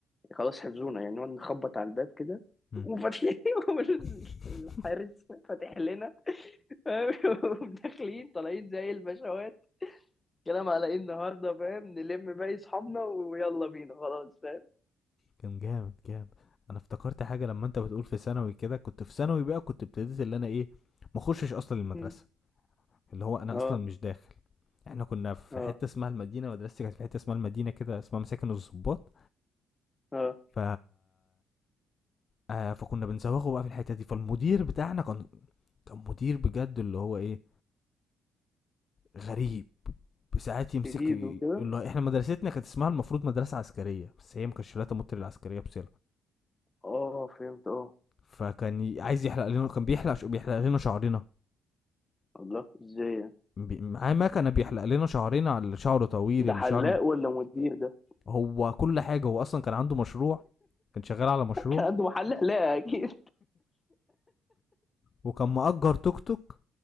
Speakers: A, on the left (about 25°); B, on the left (about 45°).
A: خلاص حفظونا يعني نقعد نخبط على الباب كده
B: مم.
A: وفاتحين <laughs>
B: <laughs>
A: الحارس فاتح لنا فاهم؟ <laughs> وداخلين طالعين زي البشوات كلام على ايه النهارده فاهم نلم باقي اصحابنا ويلا بينا خلاص فاهم
B: كان جامد جامد انا افتكرت حاجه لما انت بتقول في ثانوي كده كنت في ثانوي بقى كنت ابتديت اللي انا ايه ما اخشش اصلا المدرسه
A: م.
B: اللي هو انا
A: اه
B: اصلا مش داخل احنا كنا في
A: اه
B: حته اسمها المدينه مدرستي كانت في حته اسمها المدينه كده اسمها مساكن الضباط
A: اه
B: ف آه فكنا بنزوغه بقى في الحته دي فالمدير بتاعنا كان كان مدير بجد اللي هو ايه غريب بساعات يمسك
A: جديد
B: اللي
A: وكده
B: هو احنا مدرستنا كانت اسمها المفروض مدرسه عسكريه بس هي ما كانتش لا تمت للعسكريه بس
A: اه فهمت اه
B: فكان ي- عايز يحلق لنا كان بيحلق ش- بيحلق لنا شعرنا
A: الله ازاي يعني؟
B: بي- معاه مكنه بيحلق لنا شعرنا على اللي شعره طويل
A: ده
B: اللي
A: حلاق
B: شعره
A: ولا مدير ده
B: هو كل حاجه هو اصلا كان عنده مشروع كان شغال على مشروع
A: كان عنده محل حلاقة اكيد
B: وكان مأجر توك توك